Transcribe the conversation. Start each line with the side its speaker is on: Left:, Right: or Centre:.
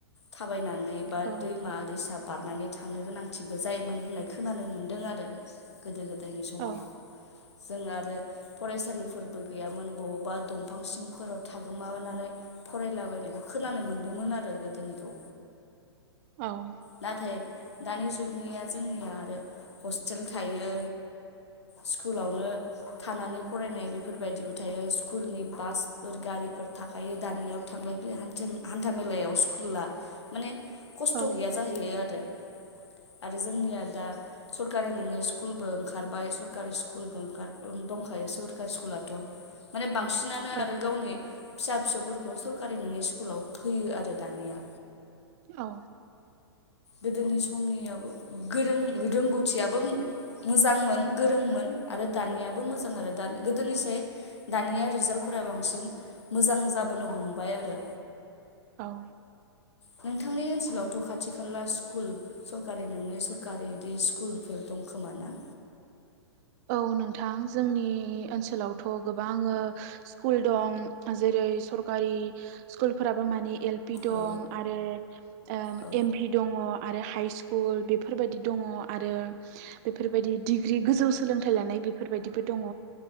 Left: थाबायनान नै बा
Right: औ
Left: दैमा दैसा बारनानै थांनो गोनांथिबो जायोमोन होननाय खोनानो मोन दों आरो गोदो गोद दायनि समाव।
Right: औ
Left: जों आरो फरायसालिफोरबो गैयामोन बबावबा दंफां सिंफोराव थागोमानानै फरायलाबायनायखौ खोनानो मोनदोंमोन आरो गोदोनिखौ।
Right: औ
Left: नाथाय दानि जुगनिया जोंनिया आरो हस्टेल थायो स्कुलावनो थानानै फरायनाय बेफोरबायदिबो थायो स्कुलनि बासफोर गारिफोर थाखायो दानियाव थांलाय फैलाय हानथिम हान्था मेलायाव स्कुला माने खस्थ'
Right: औ
Left: गैया जाहैयो आरो। आरो जोंनिया दा सरकारि नोङै स्कुलबो ओंखारबाय सरकारि स्कुलबो ओंखार दंखायो सरकारि स्कुलाथ' माने बां बांसिनानो
Right: औ
Left: आरो गावनि फिसा फिसौफोरखौ सरकारि नोङै स्कुलाव होयो आरो दानिया।
Right: औ
Left: गोदोनि समनियाबो गोरों रोंगौथियाबो मोजांमोन गोरोंमोन आरो दानियाबो मोजां आरो द गोदोनिस दानिया रिजाल्टफोरा बांसिन मोजां जाबोनो हमबाय आरो।
Right: औ
Left: नोंथांनि ओनसोलावथ' खाथि खाला स्कुल सरखारि नोङै सरखारि बिदि स्कुलफोर दंखोमा ना?
Right: औ नोंथां जोंनि ओनसोलावथ' गोबां ओ स्कुल दं जेरै सरकारि स्कुलफोराबो मानिे एल पि दं
Left: औ
Right: आरो ओ
Left: औ
Right: एम भि दङ आरो हाइई स्कुल स्कुल बेफोरबायदि दङ आरो बेफोरबायदि डिग्रि गोजौ सोलोंथाइ लानाय बेफोरबायदिबो दङ।